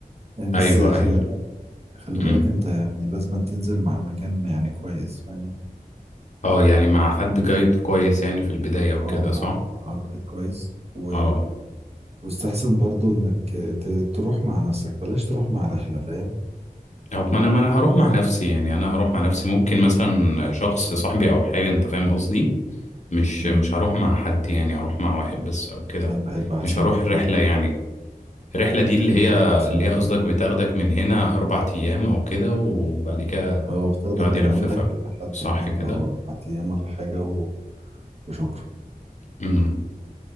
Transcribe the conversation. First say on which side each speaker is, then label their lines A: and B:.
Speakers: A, on the right; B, on the left.
A: فاهم بس
B: ايوه
A: خلي
B: ايوه
A: بالك خلي
B: امم
A: بالك انت يعني لازم تنزل مع مكان يعني كويس فاهم
B: اه يعني مع حد جايد كويس يعني في البداية وكده
A: اه مع
B: صح
A: مع قائد كويس و...
B: اه
A: واستحسن برضو انك ت... تروح مع نفسك بلاش تروح مع رحلة فاهم
B: او ما انا ما انا هروح مع نفسي يعني انا هروح مع نفسي ممكن مثلا شخص صاحبي او حاجه انت فاهم قصدي مش
A: امم
B: مش هروح مع حد يعني هروح مع واحد بس او كده
A: ده هيبقى احسن
B: مش هروح
A: بكتير
B: رحله يعني الرحله دي اللي
A: ده
B: هي
A: هيبقى احسن
B: اللي
A: بكتير
B: هي قصدك بتاخدك من هنا اربع ايام او كده وبعد كده
A: اه بتاخدك
B: يقعد
A: من
B: يلففك
A: عندك لحد
B: صح
A: هناك
B: كده
A: اه اربع ايام ولا حاجة و... وشكرا
B: امم